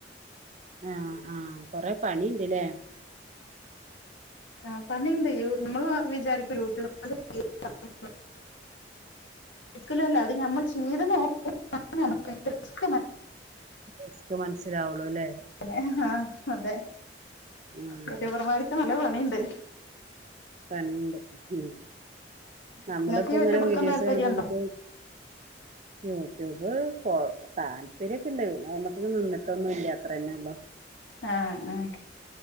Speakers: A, on the right; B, on the left.
A: ആഹ് ആഹ് കൊറേ പണിണ്ട് ലേ
B: ആഹ് പണിണ്ട് നമ്മള് വിചാരിക്കും യൂട്യൂ <unintelligible> <unintelligible> ഒരിക്കലൊല്ല അത് നമ്മൾ ചീത് നോ <unintelligible> റിസ്‌ക് മ
A: റിസ്ക്ക് മനസ്സിലാവൊള്ളു ലേ
B: പിന്നെ ഹാ അതെ
A: ആഹ്
B: യൂട്യൂബർമാര്ക്ക് നല്ല പണിണ്ട്.
A: പണിണ്ട് ഉഹും നമ്മള്പ്പോ
B: നിങ്ങൾക്ക് യൂട്യൂബ്
A: ഇങ്ങനെ
B: എടുക്കാൻ
A: വീഡിയോസ്
B: താല്പര്യം
A: കാണുമ്പോ
B: ഉണ്ടോ
A: നമുക്ക് യൂട്യൂബ് കൊഴ് താല്പര്യൊക്കെ ഇണ്ട് പിന്നെ അയ്മക്ക് ഇങ്ങ് നിന്നിട്ടൊന്നും ഇല്ല അത്രന്നെ ഒള്ളൂ.
B: ആഹ് ആഹ്